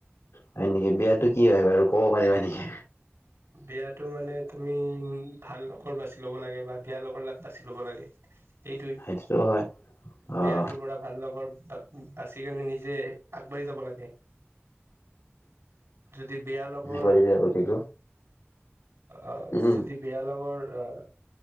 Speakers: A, on the left; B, on the right.
A: হয় নেকি? বেয়াটো কি হয় বাৰু ক'ব পাৰিবা নেকি?
B: বেয়াটো মানে তুমি উম, ভাল লগৰ বাচি ল'ব লাগে বা বেয়া লগৰ লা-বাচি ল'ব লাগে। এইটোয়ে,
A: সেইটোতো হয় অ'
B: বেয়াটোৰ পৰা ভাল লগৰ বা-বাচি কেনে নিজে আগবাঢ়ি যাব লাগে। যদি বেয়া লগৰ
A: কৰিব যাব লাগিব
B: আ
A: উম
B: যদি বেয়া লগৰ আ